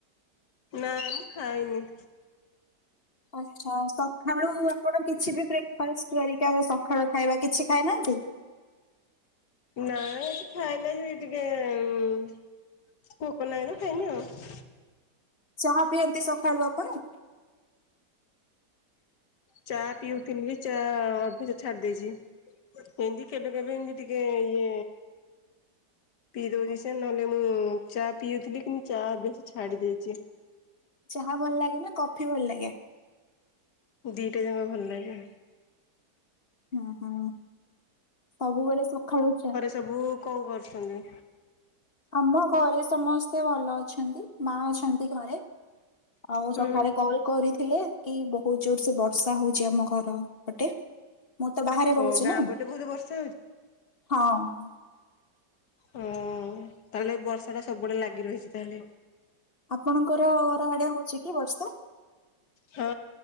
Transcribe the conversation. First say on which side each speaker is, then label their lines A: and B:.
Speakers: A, on the left; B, on the left.
A: ନା ମୁଁ ଖାଇନି।
B: ଅଛା ସଖାଳୁ ଆପଣ କିଛି ବି ବ୍ରେକ୍ଫାଷ୍ଟ <unintelligible> ଆଉ ସଖାଳ ଖାଇବା କିଛି ଖାଇନାହାନ୍ତି।
A: ନାଇ ଆଜି ଖାଇନି ଆଜି ଟିକେ ଉଂ କୋକ ନାହିଁତ ଖାଇନି ଆଉ।
B: ଚାହା ପିଅନ୍ତି ସଖାଳୁ ଆପଣ?
A: ଚା ପିଉଥିଲି ଚା ଅଧିକ ଛାଡି ଦେଇଛି। ଏମତି କେବେ କେବେ ଇନ୍ଦି ଟିକେ ଇଏ ପିଇ ଦଉଛି
B: ଆ-
A: ସେ ନହେଲେ ମୁଁ ଚା ପିଉଥିଲି କି ମୁ ଚା ଅଭ୍ୟାସ ଛାଡି ଦେଇଛି।
B: ଚାହା ଭଲ ଲାଗେ ନା କଫି ଭଲ ଲାଗେ?
A: ଦିଇଟା ଯାକ ଭଲ ଲାଗେ।
B: ହଁ ହଁ ସବୁବେଳେ ସଖାଳୁ ଚା
A: ତ ବଉ କଣ କରୁଛନ୍ତି?
B: ଆମ ଘରେ ସମସ୍ତେ ଭଲ ଅଛନ୍ତି ମା ଅଛନ୍ତି ଘରେ। ଆଉ
A: ହୁଁ।
B: ସଖାଳେ କଲ୍ କରିଥିଲେ କି ବହୁତ ଜୋର ସେ ବର୍ଷା ହଉଛି ଆମ ଘର। ପଟେ ମୁଁ ତ ବାହାରେ
A: ଓ
B: ରହୁଛି
A: ଗାଁ
B: ନା
A: ପଟେ ବହୁତ ବର୍ଷା
B: ହଁ।
A: ହୁଁ ତାହେଲେ ବର୍ଷା ଟା ସବୁବେଳେ ଲାଗି ରହିଛି ତାହେଲେ।
B: ଆପଣଙ୍କର ଘର ଆଡେ ହଉଛି କି ବର୍ଷା?
A: ହଁ